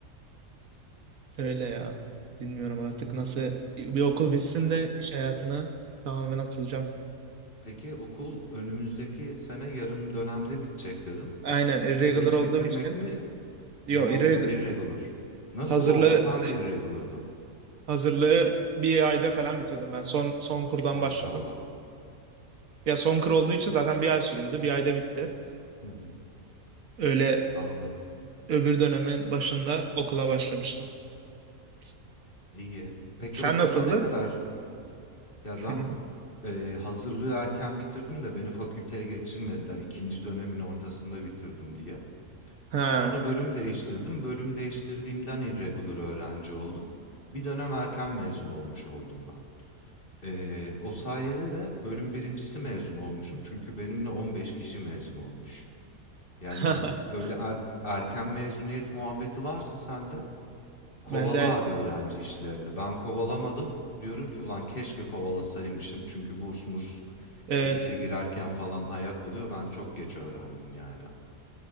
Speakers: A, on the right (about 70°); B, on the left (about 40°).
A: Öyle ya. Bilmiyorum artık nasıl bir okul bitsin de iş hayatına tamamen atılacağım.
B: Peki okul önümüzdeki sene yarım dönemde bitecek dedin.
A: Aynen irregular
B: Geç
A: olduğum
B: bitirmek
A: için.
B: mi
A: Yo
B: Ne oldun?
A: irregular
B: Irregular. Nasıl
A: hazırlığı
B: oldun? Ben de irregular'dım.
A: hazırlığı bir ayda falan bitirdim ben. Son son kurdan
B: Maşallah.
A: başladım. Ya son kur olduğu için zaten bir ay sürüyordu. Bir ayda bitti.
B: Hı hı,
A: Öyle
B: anladım.
A: öbür dönemin başında okula başlamıştım. S-
B: İyi. Peki
A: Sen
B: okulda
A: nasıldı?
B: ne kadar? Ya
A: Senin.
B: ben e, hazırlığı erken bitirdim de beni fakülteye geçirmediler. İkinci dönemin ortasında bitirdim diye.
A: Ha.
B: Sonra bölüm değiştirdim. Bölüm değiştirdiğimden irregular öğrenci oldum. Bir dönem erken mezun olmuş oldum ben. E, o sayede de bölüm birincisi mezun olmuşum. Çünkü benimle 15 kişi mezun olmuş. Yani
A: <laughs>
B: öyle er- erken mezuniyet muhabbeti varsa sende kovala
A: Ben de er-
B: abi öğrenci işlerini. Ben kovalamadım. Diyorum ki ulan keşke kovalasaymışım. Çünkü burs murs
A: evet.
B: işte işe girerken falan ayak oluyor. Ben çok geç öğrendim yani.